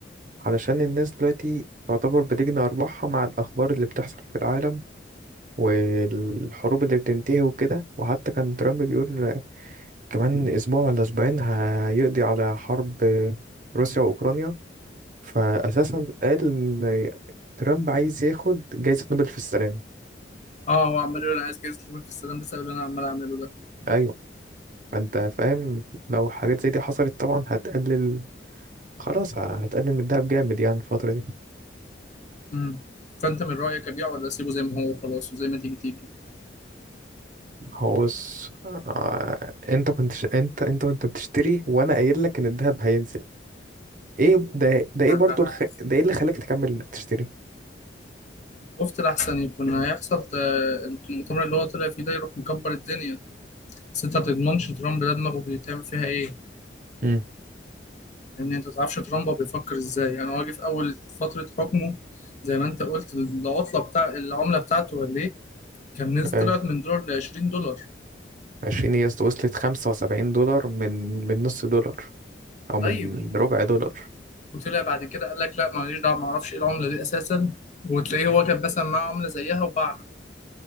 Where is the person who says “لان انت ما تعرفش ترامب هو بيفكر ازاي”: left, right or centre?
Left